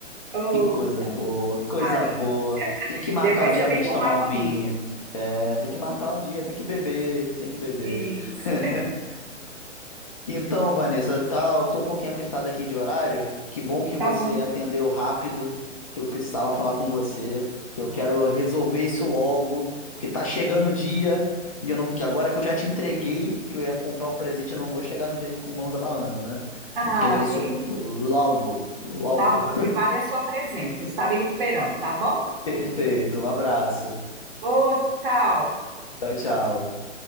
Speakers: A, on the right; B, on the left.
A: oh,
B: Que coisa boa, coisa
A: parei.
B: boa. Tem que marcar
A: Depois
B: um dia
A: você vem
B: pra gente
A: tomar
B: tomar um
A: comigo.
B: vinho. É, tem que marcar um dia, tem que beber, tem que beber.
A: Isso.
B: <laughs> Então, Vanessa, tá, eu tô um pouquinho apertado aqui de horário. Que bom que você
A: Tá bom.
B: atendeu rápido, que eu precisava falar com você, que eu quero resolver isso logo, porque tá chegando o dia e eu não, que agora que eu já te entreguei que eu ia comprar um presente, eu não vou chegar no dia com mãos abanando, né?
A: Ah,
B: Então tem que resolver isso
A: que
B: logo, logo.
A: tá bom. Que vale a sua presença. Estarei te esperando, tá bom?
B: <laughs> Perfeito, um abraço.
A: Ô, tchau.
B: Tchau, tchau.